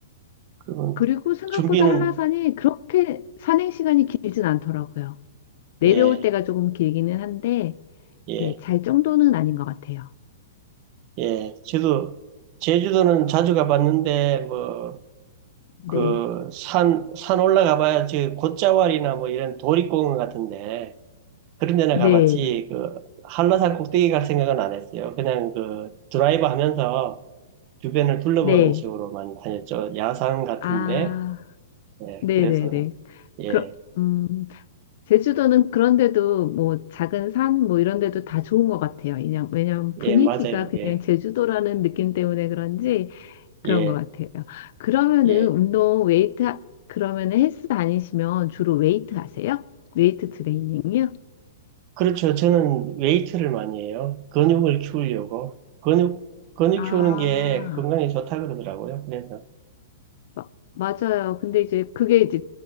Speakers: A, on the right; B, on the left.
A: 그건
B: 그리고 생각보다
A: 준비는
B: 한라산이 그렇게 산행 시간이 길진 않더라고요. 내려올
A: 예
B: 때가 조금 길기는 한데,
A: 예,
B: 네, 잘 정도는 아닌 것 같아요.
A: 예. 저도 제주도는 자주 가봤는데 뭐 그
B: 네,
A: 산 산 올라가봐야 지 곶자왈이나 뭐 이런 도립공원 같은데. 그런 데는
B: 네,
A: 가봤지,
B: 맞-
A: 그, 한라산 꼭대기 갈 생각은 안 했어요. 그냥 그, 드라이브 하면서 주변을 둘러보는
B: 네.
A: 식으로 많이 다녔죠. 야산 같은데,
B: 아,
A: 예,
B: 네네네.
A: 그래서, 예,
B: 그 음, 제주도는 그런데도 뭐 작은 산 뭐 이런 데도 다 좋은 것 같아요. 그냥, 왜냐면 분위기가
A: 예, 맞아요.
B: 그냥
A: 예,
B: 제주도라는 느낌 때문에 그런지 그런
A: 예,
B: 것 같아요. 그러면은
A: 예.
B: 운동 웨이트 하- 그러면은 헬스 다니시면 주로 웨이트 하세요? 웨이트 트레이닝이요?
A: 그렇죠. 저는 웨이트를 많이 해요. 근육을 키우려고. 근육, 근육
B: 아,
A: 키우는 게 건강에 좋다 그러더라고요. 그래서,
B: 마- 맞아요. 근데 이제 그게 이제